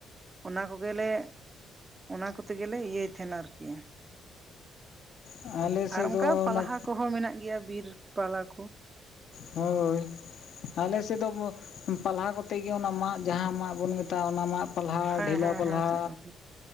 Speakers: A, on the right; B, on the left.
A: ᱚᱱᱟ ᱠᱚᱜᱮᱞᱮᱼᱼ ᱚᱱᱟ ᱠᱚᱛᱮ ᱜᱮᱞᱮ ᱤᱭᱟᱹᱭ ᱛᱟᱦᱮᱱᱟ ᱟᱨᱠᱤ,
B: ᱟᱞᱮ ᱥᱮᱫ
A: ᱟᱨ ᱚᱱᱠᱟ
B: ᱫᱚ
A: ᱯᱟᱞᱦᱟ
B: ᱚᱱᱟ
A: ᱠᱚᱦᱚᱸ ᱢᱮᱱᱟᱜ ᱜᱮᱭᱟ ᱵᱤᱨ ᱯᱟᱞᱦᱟ ᱠᱚ
B: ᱦᱳᱭ᱾ ᱟᱞᱮ ᱥᱮᱫ ᱫᱚ ᱯᱟᱞᱦᱟ ᱠᱚᱛᱮ ᱜᱮ ᱚᱱᱟ ᱢᱟᱫ ᱡᱟᱦᱟᱸ ᱢᱟᱫ ᱵᱚᱱ ᱢᱮᱛᱟᱜ-ᱟ ᱚᱱᱟ ᱢᱟᱫᱼᱼ ᱯᱟᱞᱦᱟ
A: ᱦᱮᱸ
B: ᱰᱷᱮᱞᱟ
A: ᱦᱮᱸ
B: ᱯᱟᱞᱦᱟᱼᱼ
A: ᱦᱮᱸ ᱦᱮᱸ ᱜᱚᱝᱠᱮ